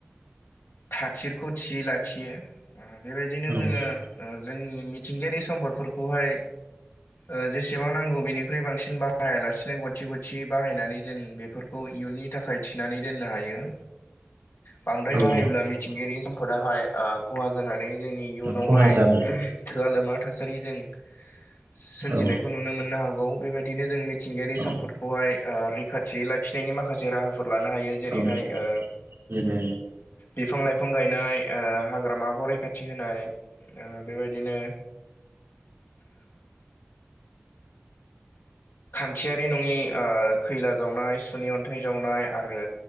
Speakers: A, on the left; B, on the right.
A: थथिरखौ थियै लाखियो बेबायदिनो जोङो
B: औ
A: ओ जोंनि मिथिंगायारि सम्पदफोरखौहाय ओ जेसेबां नांगौ बेनिख्रुइ बांसिन बाहायालासिनो गथि गथि बाहायनानै जों बेफोर खौ इयुननि थाखाय थिनानै दोननो हायो बांद्राय
B: औ
A: बाहायोब्ला मिथिंगायारि सम्पदाहाय ओ खहा जानानै जोंनि इयुनावहाय
B: खहा जागोन
A: थोआ लोमा थासारि जों सोमजिनायखौ
B: औ
A: नुनो मोननो हागौ बेबायदिनो जोंनि मिथिंगायारि सम्पदखौहाय
B: औ
A: ओ रैखाथि लाखिनायनि माखासे राहाफोर लानो हायो जेरैहाय
B: औ
A: ओ
B: जेरै
A: बिफां-लाइफां गायनाय ओ हाग्रामाखौ रैखाथि होनाय ओ बेबायदिनो थियारि नङि ओ खैला जावनाय सुनै अन्थाइ जावनाय आरो